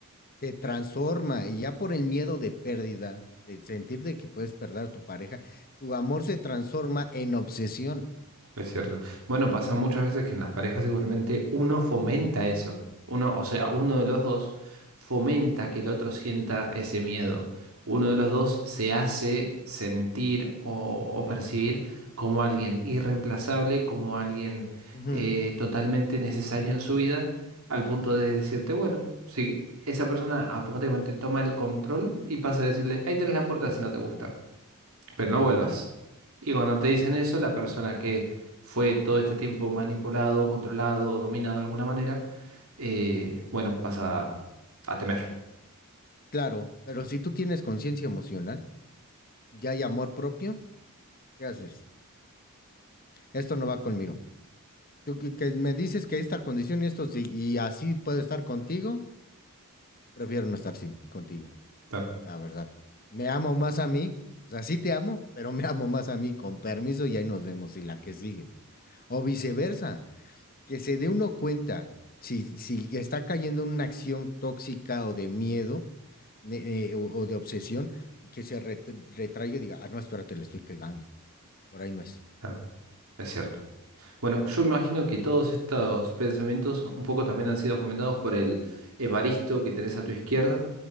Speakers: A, on the left; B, on the right.
A: te transforma y ya por el miedo de pérdida, de sentir de que puedes perder a tu pareja, tu amor se transforma en obsesión.
B: Es cierto. Bueno, pasa muchas veces que en las parejas igualmente uno fomenta eso. Uno, o sea, uno de los dos fomenta que el otro sienta ese miedo. Uno de los dos se hace sentir o, o percibir como alguien irreemplazable, como alguien
A: Ujú,
B: eh, totalmente necesario en su vida, al punto de decirte, bueno, si esa persona automáticamente toma el control y pasa a decirle, ahí tenés la puerta si no te gusta pero no vuelvas.
A: ujú.
B: Y cuando te dicen eso, la persona que fue todo este tiempo manipulado, controlado o dominado de alguna manera, eh, bueno, pasa a, a temer.
A: Claro, pero si tú tienes conciencia emocional, ya hay amor propio, ¿qué haces? Esto no va conmigo. Tú que, que me dices que esta condición y esto sí, y así puedo estar contigo, prefiero no estar sin, contigo,
B: Claro,
A: la verdad. Me amo más a mí, o sea, sí te amo, pero me amo más a mí, con permiso y ahí nos vemos y la que sigue. O viceversa. que se dé uno cuenta si, si está cayendo en una acción tóxica o de miedo ne- eh, o, o de obsesión y que se ret- retraiga y diga, ah, no, espérate, le estoy cagando, por ahí no es,
B: claro. Es
A: ¿no?
B: cierto. Bueno, yo imagino que todos estos pensamientos un poco también han sido fomentados por el Evaristo que tenés a tu izquierda.